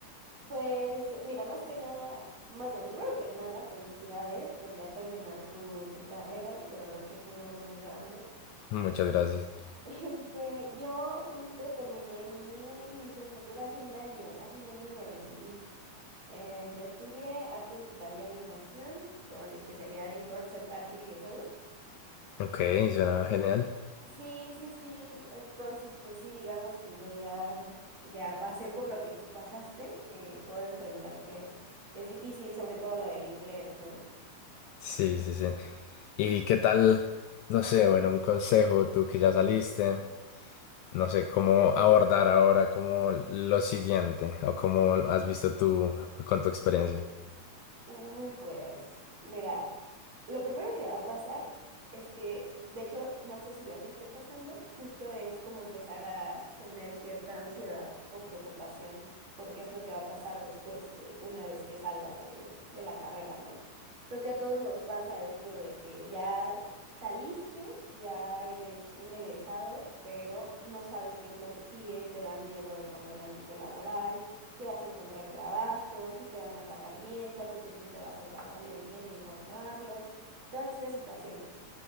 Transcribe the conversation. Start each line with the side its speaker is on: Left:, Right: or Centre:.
Right: Pues mira, más que nada, más bien, primero que nada, felicidades por ya terminar tu, tu carrera. De verdad que es un logro muy grande.
Left: Muchas gracias.
Right: Este, yo justo terminé mi licenciatura hace un año, hace un año me recibí. Eh, yo estudié arte digital y animación con especialidad en concept art y videojuegos.
Left: Ok, suena genial.
Right: Sí, sí, sí, entonces pues sí, digamos que yo ya, ya pasé por lo que tú pasaste y puedo entender que es difícil, sobre todo lo del inglés, ¿no?
Left: Sí, sí, sí. ¿Y qué tal? No sé, bueno, un consejo, tú que ya saliste, no sé cómo abordar ahora como lo siguiente o cómo has visto tú con tu experiencia.
Right: Uy, pues, mira, lo primero que va a pasar es que, de hecho, no sé si ya te esté pasando, justo es como empezar a tener cierta ansiedad o preocupación porque es lo que va a pasar después de una vez que salgas de, de la carrera, ¿no? Creo que a todos nos pasa esto de que ya saliste, ya eres un egresado, pero no sabes qué es lo que sigue, te da miedo como el ámbito laboral si vas a encontrar trabajo, si te van a pagar bien, cuánto tiempo te vas a tardar en, en encontrarlo, todas estas situaciones.